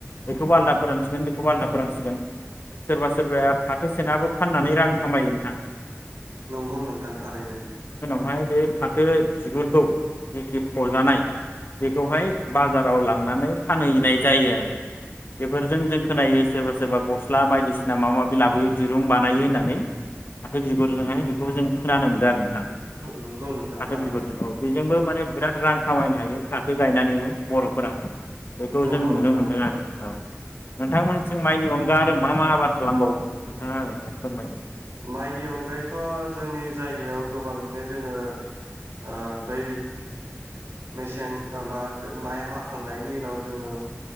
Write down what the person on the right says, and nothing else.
नंगौ नोंथां थारैनो।
नंगौ नोंथां थारैनो
नंगौ
नोंथां
मइनि अनगायैथ' जोंनि जायगायाव गोबाङैनो जोङो ओ बै मेसें आबाद माइ हाखांनायनि उनाव जोङो